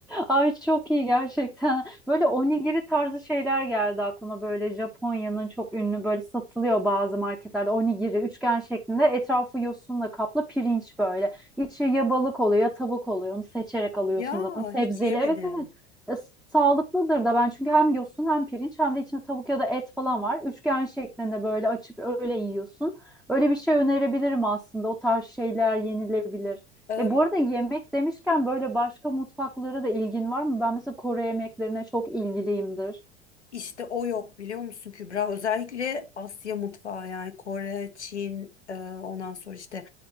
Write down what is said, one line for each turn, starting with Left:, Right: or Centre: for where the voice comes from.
Centre: Ay çok iyi gerçekten. Böyle onigiri tarzı şeyler geldi aklıma. Böyle Japonya'nın çok ünlü böyle satılıyor bazı marketlerde. Onigiri üçgen şeklinde etrafı yosunla kaplı pirinç böyle. İçi ya balık oluyor ya tavuk oluyor. Onu seçerek alıyorsun
Left: Ya
Centre: zaten. Sebzeli.
Left: hiç yemedim.
Centre: Evet evet. E, sağlıklıdır da ben çünkü hem yosun hem pirinç hem de içinde tavuk ya da et falan var. Üçgen şeklinde böyle açıp öyle yiyorsun. Öyle bir şey önerebilirim aslında. O tarz şeyler yenilebilir.
Left: Ee,
Centre: E bu arada yemek demişken böyle başka mutfaklara da ilgin var mı? Ben mesela Kore yemeklerine çok ilgiliyimdir.
Left: işte o yok biliyor musun Kübra? Özellikle Asya mutfağı yani Kore, Çin, e, ondan sonra işte